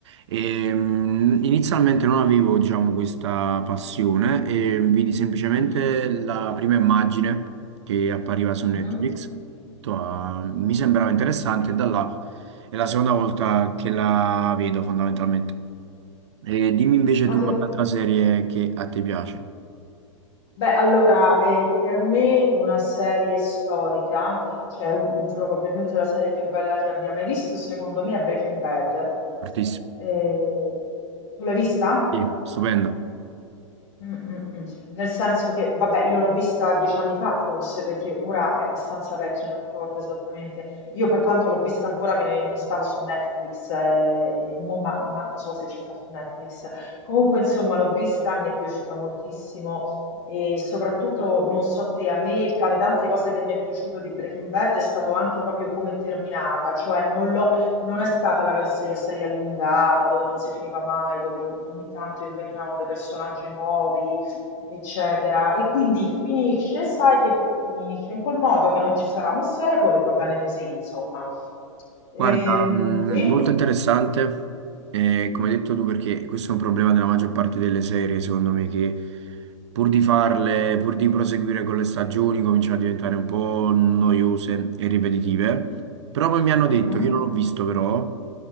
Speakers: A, on the right; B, on the left.
A: E, mh, inizialmente non avevo, diciamo, questa passione e vidi semplicemente
B: mhm,
A: la prima immagine che appariva su
B: mhm.
A: Netflix, Ho detto, "Ah, mi sembrava interessante e da là... È la seconda volta che la vedo fondamentalmente. E dimmi invece
B: Addir-
A: tu qualche altra serie che a te piace.
B: Beh, allora, eh, per me una serie storica, cioè un- probabilmente la serie più bella che abbia mai visto, secondo me è Breaking Bad.
A: Fortissimo.
B: Eh, tu l'hai vista?
A: Sì, stupenda.
B: Mh, mh, mh. Nel senso che, vabbè, io l'ho vista 10 anni fa forse, perché ora è abbastanza vecchia, non ricordo esattamente. Io pertanto l'ho vista ancora che ne- non stava su Netflix, eh, e mo ma- manco so se ci sta su Netflix. Comunque, insomma, l'ho vista, mi è piaciuta moltissimo e soprattutto, non so te, a me tra le tante cose che mi è piaciuto di Breaking Bad è stato anche proprio come è terminata, cioè non l'ho non è stata la classica serie allungata dove non si finiva mai, dove in- ogni tanto inventavano dei personaggi nuovi, eccetera. E quindi finisce, sai che finisce in quel modo che non ci sarà un sequel e va bene così, insomma. Ehm,
A: Guarda, mh,
B: sì?
A: molto interessante, eh, come hai detto tu, perché questo è un problema della maggior parte delle serie, secondo me, che pur di farle, pur di proseguire con le stagioni, cominciano a diventare un po' noiose e ripetitive.
B: Mhm,
A: Però poi mi hanno
B: mhm.
A: detto, che io non l'ho visto però,